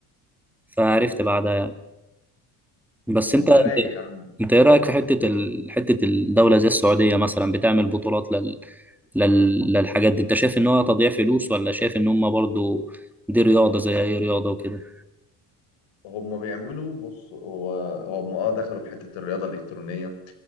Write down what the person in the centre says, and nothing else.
فعرفت بعدها يعني بس
انت
انت ايه رأيك في حتة ال... حتة الدولة زي السعودية مثلا بتعمل بطولات لل... لل... للحاجات دي انت شايف ان هو تضييع فلوس ولا شايف ان هم برضو دي رياضة زي اي رياضة وكده؟